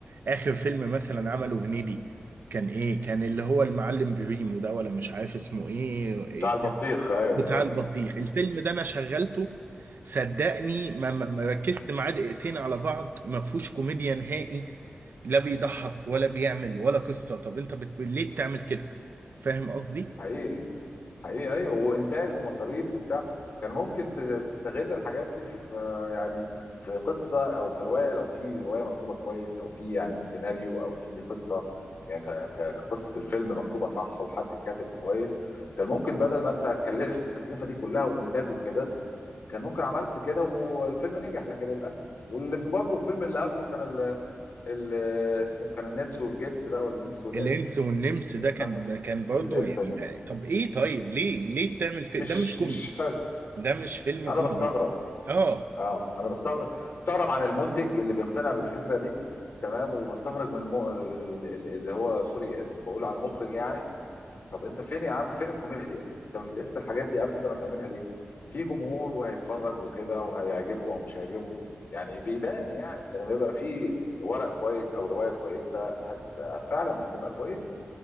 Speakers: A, on the right; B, on the left.
A: اخر فيلم مثلا عمله هنيدي كان ايه كان اللي هو المعلم بريمو ده ولا مش عارف اسمه ايه
B: بتاع البطيخ ايوه
A: بتاع البطيخ الفيلم ده انا شغلته صدقني ما
B: ايوه
A: ما ما ركزت معاه دقيقتين على بعض ما فيهوش كوميديا نهائي لا بيضحك ولا بيعمل ولا قصة طب انت بت... ليه بتعمل كده فاهم قصدي
B: حقيقي حقيقي ايوه وانتاج ومصاريف وبتاع كان ممكن ت- تستغل الحاجات دي في آه، يعني في قصه او في روايه لو في روايه مكتوبه كويس او في يعني سيناريو او في قصه يعني ك- ك- كقصه الفيلم مكتوبه صح وحد كاتب كويس كان ممكن بدل ما انت كلفت التكلفه دي كلها وانتاج وكده كان ممكن عملت كده والفيلم نجح لكن للاسف واللي في برضه الفيلم اللي قبله كان ال ال اسمه كان النمس والجنس ده ولا النمس والانس
A: الانس والنمس ده كان
B: فاك
A: ده كان برضه
B: الانس
A: يعني
B: والنمس
A: ما... طب ايه طيب ليه ليه بتعمل في...
B: مش
A: ده مش كوميدي
B: مش حلو
A: ده مش فيلم
B: انا
A: كوميدي
B: بستغرب
A: اه
B: اه انا بستغرب بستغرب عن المنتج اللي بيقتنع بالفكره دي تمام وبستغرب من المو... ال- ال- اللي هو سوري بقول على المخرج يعني طب انت فين يا عم فين الكوميديا انت ما بتقيس الحاجات دي قبل ما تعملها ليه في جمهور وهيتفرج وكده وهيعجبه او مش هيعجبه يعني بيبان يعني لما يبقى في ورق كويس او روايه كويسه هت... فعلا هتبقى كويسه